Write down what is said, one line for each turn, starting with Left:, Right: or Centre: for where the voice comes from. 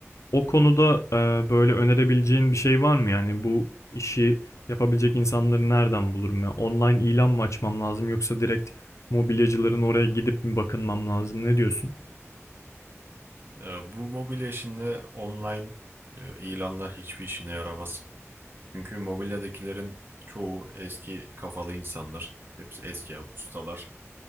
Left: O konuda e, böyle önerebileceğin bir şey var mı? Yani bu işi yapabilecek insanları nereden bulurum ya? Online ilan mı açmam lazım yoksa direkt mobilyacıların oraya gidip mi bakınmam lazım? Ne diyorsun?
Right: Ee, Bu mobilya işinde online e, ilanlar hiçbir işine yaramaz. Çünkü mobilyadakilerin çoğu eski kafalı insanlar. Hepsi eski ustalar.